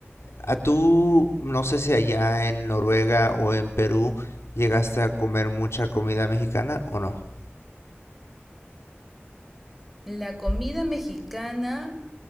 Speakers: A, on the left; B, in the centre.
A: A tú, no sé si allá en Noruega o en Perú llegaste a comer mucha comida mexicana o no.
B: La comida mexicana